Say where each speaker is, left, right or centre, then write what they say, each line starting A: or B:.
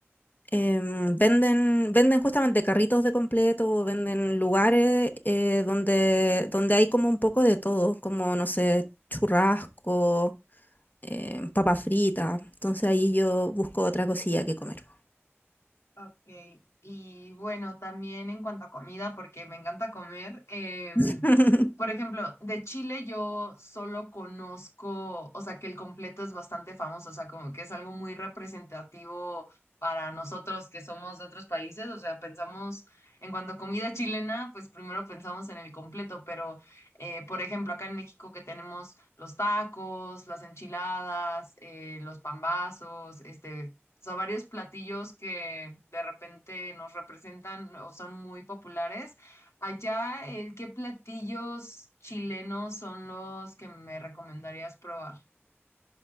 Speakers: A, on the left; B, on the left.
A: em, venden, venden justamente carritos de completo, venden lugares eh, donde, donde hay como un poco de todo, como no sé, churrasco, em, papa frita. Entonces ahí yo busco otra cosilla que comer.
B: Ok, y bueno, también en cuanto a comida, porque me encanta comer, em,
A: <laughs>
B: por ejemplo, de Chile yo solo conozco, o sea, que el completo es bastante famoso, o sea, como que es algo muy representativo para nosotros que somos de otros países, o sea, pensamos en cuanto a comida chilena, pues primero pensamos en el completo, pero, eh, por ejemplo, acá en México que tenemos los tacos, las enchiladas, eh, los pambazos, este o sea, varios platillos que de repente nos representan o son muy populares. Allá, eh, ¿qué platillos chilenos son los que me recomendarías probar?